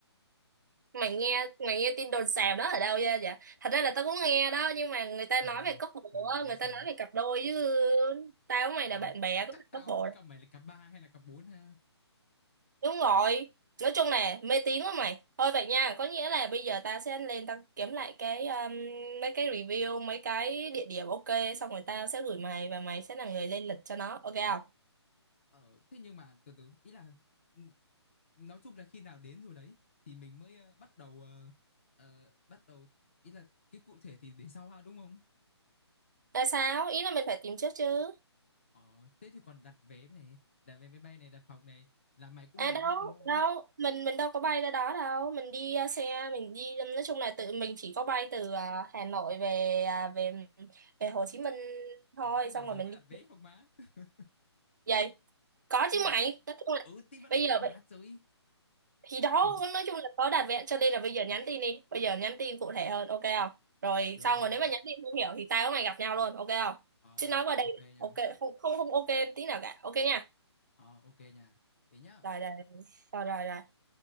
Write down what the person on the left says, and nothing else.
Ờ,
rồi là
ai
sao?
Ờ,
chắc
tao
với cả mày là cặp ba hay là cặp bốn ha.
Ờ, thế nhưng mà từ từ ý là ừ, nói chung là khi nào đến rồi đấy thì mình mới ờ, bắt đầu ờ, ờ, bắt đầu ý là cái cụ thể thì để sau ha đúng không?
Ờ, thế thì còn đặt vé này, đặt vé máy bay này, đặt phòng này là mày cũng
làm
luôn đúng không?
Ở thế
là giờ
có đặt
vé không má? <laughs>
Ý
là
vẫn
ừ thì vẫn
phải đặt
má
rồi.
Ừ thì
được
nha.
Ờ
ok nha.
Ờ ok nha. Thế nhá.